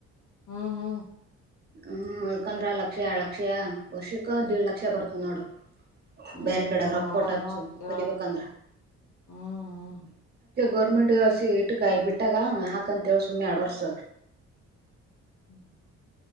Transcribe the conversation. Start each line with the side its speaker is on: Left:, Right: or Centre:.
Left: ಹ್ಮ್ ಹ್ಮ್
Right: ಹ್ಮ್ ಯಕಂದ್ರ ಆ ಲಕ್ಷ ಎ ಲಕ್ಷ ವರ್ಷಕ್ಕ
Left: ಹ್ಮ್
Right: ದೇಡ್ ಲಕ್ಷ ಬರ್ತ ನೋಡು
Left: ಹ್ಮ್
Right: ಬೇರೆ ಕಡೆಗೆ ರೊಕ್ಕ
Left: ನೋಡಮವ
Right: ಕೊಟ್ಟಚ್ಚು
Left: ಕೇಳಮ
Right: ಕಲಿಬೇಕಂದ್ರ
Left: ಹ್ಮ್
Right: ಗೌರ್ಮೆಂಟ್ಸ ಇಟ್ಟಕಾಯಿ ಬಿಟ್ಟಾಗ ಹಾಕಂತೇಳ ಸುಮ್ನೆ ಎರಡ ವರ್ಸ
Left: ಹ್ಮ್